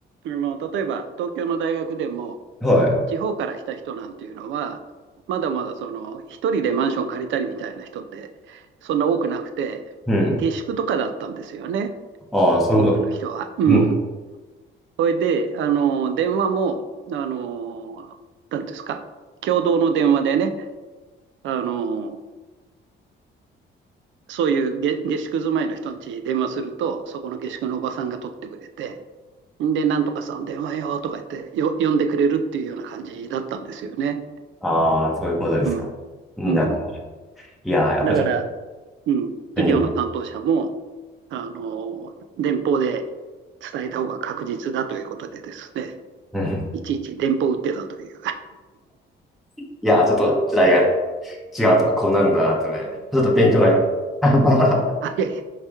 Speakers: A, on the right; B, in the centre.
A: あの例えば東京の大学でも、
B: はい。
A: 地方から来た人なんていうのは、まだまだその一人でマンション借りたりみたいな人ってそんな多くなくて、
B: うん。
A: 下宿とかだったんですよね、
B: ああ、そういうこと。
A: 多くの人は。うん。
B: うん。
A: それで、あの、電話も、あの、なんていうんですか、共同の電話でね、あの、そういう下、下宿住まいの人ん家に電話すると、そこの下宿のおばさんが取ってくれて、で、なんとかさん電話よとか言ってよ、呼んでくれるっていうような感じだったんですよね。
B: ああ、そういうことですか。
A: うん。
B: なるほど。
A: うん。
B: いやー、やっぱちょっと、
A: だから、うん、
B: 便利だ
A: 企業の担当者も、あの、電報で伝えた方が確実だということでですね、
B: うん
A: いちいち電報を打ってたという。
B: いやー、ちょっと時代が違うとか、こうなるんだなとね、ちょっと勉強になりました。
A: <laughs>
B: <laughs>
A: はい